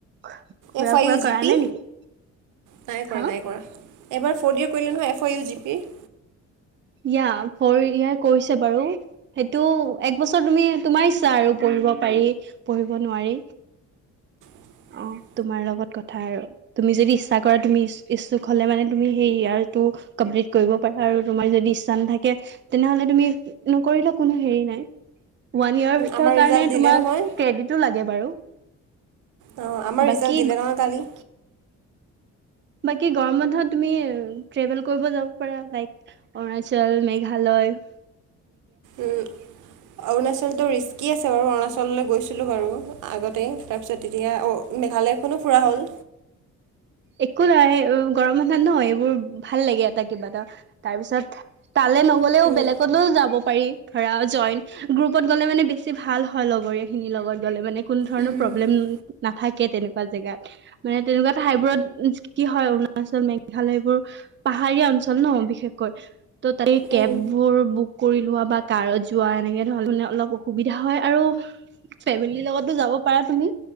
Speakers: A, on the right (about 40°); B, on the right (about 80°).
A: ঘুৰা
B: এফ আই
A: ফুৰা
B: ইউ জি
A: কৰা
B: পি
A: নাই নেকি?
B: নাই কৰা
A: হা
B: নাই কৰা, এবাৰ ফৰ্ ইয়াৰ কৰিলে নহয় এফ অ ইউ জি পিৰ।
A: ইয়া, ফৌৰ ইয়াৰ কৰিছে বাৰু। সেইটো এক বছৰ তুমি তোমাৰ ইচ্ছা আৰু, পঢ়িব পাৰি পঢ়িব নোৱাৰি।
B: <unintelligible>
A: অ তোমাৰ লগত কথা আৰু, তুমি যদি ইচ্ছা কৰা তুমি ই-ইচ্ছুক হলে মানে তুমি সেই ইয়াৰটো কমপ্লিট কৰিব পাৰা আৰু। তোমাৰ যদি ইচ্ছা নাথাকে তেনেহলে তুমি নকৰিলেও কোনো হেৰি নাই। ওৱান ইয়েৰ
B: আমাৰ
A: কাৰণে
B: ৰিজাল্ট দিলে
A: তোমাক
B: নহয়
A: ক্ৰেডটো লাগে বাৰু।
B: অ, আমাৰ
A: বাকী
B: ৰিজাল্ট দিলে নহয় কালি।
A: ব গৰম বন্ধত তুমি ট্ৰেভেল কৰিব যাব পাৰা লাইক অৰুণাচল, মেঘা লয়।
B: উম, অৰুনাচল ৰিস্কি আছে বাৰু অৰুণাচললৈ গৈছিলোঁ বাৰু আগতেই তাৰপিছত তেতিয়া মেঘালয়খনো ফুৰা হল।
A: একো নহয় গৰম মাত ন এইবোৰ ভাল লাগে এটা কিবা এটা তাৰ পিছত তালে নগ'লেও
B: তালৈ
A: বেলেগলৈও যাব পাৰি ধৰা জইন গ্ৰপত গলে মানে বেছি ভাল হয় লগৰ খিনি লগত গলে, মানে কোনো ধৰণৰ
B: উম
A: প্ৰব্লেম নাথা কে তেনেকুৱা জেগাত, মানে তেনেকুৱা ঠাইবোৰত কি হয় অৰুণাচল মেঘালয় এইবোৰ পাহাৰীয়া অঞ্চল ন বিশেষকৈ, ত' কেববোৰ
B: উম
A: বুক কৰি লোৱা বা কাৰত যোৱা এনেকে ধৰণ মানে অলপ অসুবিধা হয় আৰু ফেমিলিৰ লগতো যাব পাৰা তুমি।